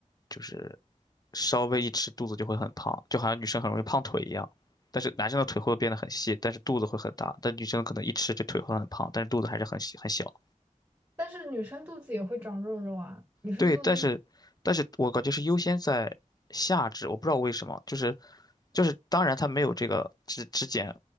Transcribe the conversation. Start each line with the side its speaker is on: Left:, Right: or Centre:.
Left: 就是稍微一吃肚子就会很胖，就好像女生很容易胖腿一样。但是男生的腿会变得很细，但是肚子会很大。但女生可能一吃就腿会很胖，但是肚子还是很细很小。
Right: 但是女生肚子也会长肉肉啊。女生肚子一
Left: 对，但是，但是我感觉是优先在下肢，我不知道为什么，就是就是，当然他没有这个只只减，